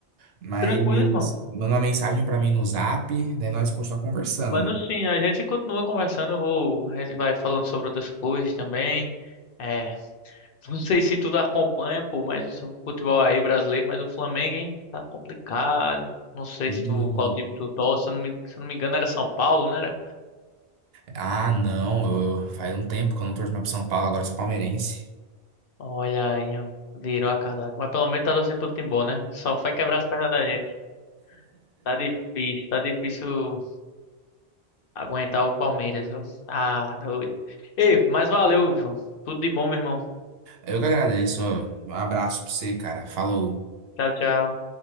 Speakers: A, on the right; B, on the left.
A: Mas
B: Tranquilo, irmão.
A: manda uma mensagem pra mim no Zap, daí nós continuar conversando,
B: Mano,
A: mano.
B: sim, a gente continua conversando, eu vou, a gente vai falando sobre outras coisas também. É, <laughs> não sei se tu tá acompanha, pô, mas o futebol aí brasileiro, mas o Flamengo, hein, tá complicado. Não sei
A: E...
B: se tu, qual time tu torce, se eu não me, se eu não me engano era São Paulo, né?
A: Ah, não, eu... faz um tempo que eu não torço mais pro São Paulo, agora eu sou palmeirense.
B: Olha aí, ó. Virou a casaca. Mas pelo menos tá torcendo pro time bom, né? Só foi quebrar as pernas da gente. Tá difícil, tá difícil aguentar o Palmeiras, viu? Tá doido. Ei, mas valeu, João. Tudo de bom, meu irmão.
A: Eu que agradeço. ó. Um abraço pra você, cara. Falou.
B: Tchau, tchau.